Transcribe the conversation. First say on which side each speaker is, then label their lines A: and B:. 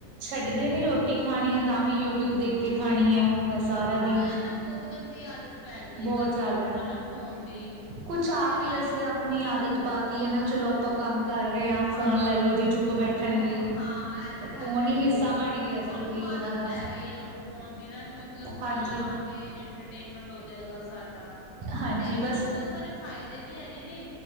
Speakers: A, on the right (about 75°); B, on the left (about 75°).
A: ਛੱਡਦੇ ਨੀ ਰੋਟੀ ਖਾਣੀ ਐ ਤਾਂ ਵੀ ਯੂਟੀਊਬ ਦੇਖ ਕੇ ਖਾਣੀ ਐਂ। ਮਸਾਰਾ
B: ਹਾਂ ਐ ਨਾ ਬੋਤ ਗੰਦੀ ਆਦਤ ਪੈ ਗਈ ਏ
A: ਬਹੁਤ
B: ਬੱਚੇਆਂ
A: ਜ਼ਿਆਦਾ
B: ਨੂੰ
A: ਹੈ
B: ਹਨਾ ਫੋਨ ਦੀ।
A: ਕੁਛ ਆਪ
B: ਤੇ ਮੈਂ
A: ਈ ਅਸੀਂ ਆਪ ਆਪਣੀ ਆਦਤ ਪਾਤੀ ਐ ਨਾ ਚਲੋ ਆਪਾਂ ਕੰਮ ਕਰ ਰਏ ਆਂ
B: ਹਾਂ
A: ਫੋਨ ਲੈ ਲੋ ਜੀ ਚੁੱਪ ਬੈਠਣਗੇ।
B: ਹੋ ਹਾਂ ਐ ਤੇ
A: ਫੋਨ
B: ਗੱਲ ਹੈ
A: ਹੀ
B: ਈ
A: ਹਿੱਸਾ
B: ਏ,
A: ਬਣ ਗਿਆ ਜ਼ਰੂਰੀ
B: ਓਨਾਂ ਨੂੰ ਆਦਤ
A: ਉਹਨਾਂ ਦਾ
B: ਪੈ ਗਈ ਏ ਹੁਣ ਫੋਨ ਦੀ ਨਾ ਕੇ ਮਤਲਬ ਫੋਨ
A: ਹਾਂਜੀ
B: ਲਵਾਂ ਗੇ ਈਟਰਟੇਮੈਂਟ ਹੋ ਜਾਏਗਾ ਸਾਡਾ,
A: ਹਾਂਜੀ
B: ਤੇ ਏਦੇ
A: ਬਸ
B: ਨਾਲ ਬੋ ਸਾਰੇ ਫਾਈਦੇ ਵੀ ਹੈਗੇ ਨੇ